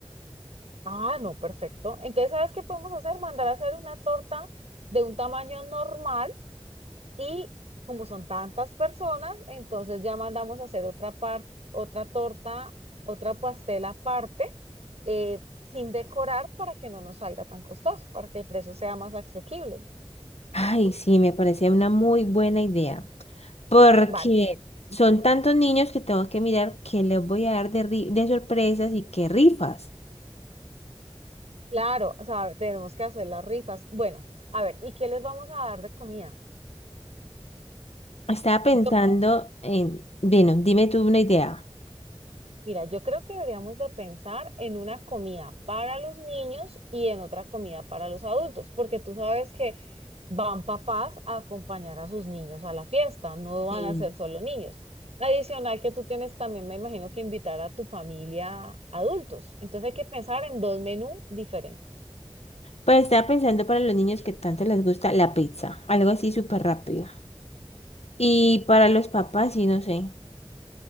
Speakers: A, on the right (about 85°); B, on the left (about 80°).
A: Ah, no, perfecto. Entonces, ¿sabes qué podemos hacer? Mandar a hacer una torta de un tamaño normal y como son tantas personas, entonces ya mandamos a hacer otra par- otra torta, otra pastel aparte, eh, sin decorar para que no nos salga tan costoso, para que el precio sea más asequible.
B: Ay, sí, me parece una muy buena idea, porque
A: Vale.
B: son tantos niños que tengo que mirar qué les voy a dar de, ri- de sorpresas y qué rifas.
A: Claro, o sea, tenemos que hacer las rifas. Bueno, a ver, ¿y qué les vamos a dar de comida?
B: Estaba pensando
A: Yo creo,
B: en, bueno, dime tú una idea.
A: mira, yo creo que deberíamos de pensar en una comida para los niños y en otra comida para los adultos, porque tú sabes que van papás a acompañar a sus niños a la fiesta, no van
B: Sí.
A: a ser solo niños. Adicional que tú tienes también, me imagino que invitar a tu familia adultos. Entonces hay que pensar en dos menús diferentes.
B: Pues estaba pensando para los niños que tanto les gusta la pizza, algo así súper rápido. Y para los papás, sí, no sé.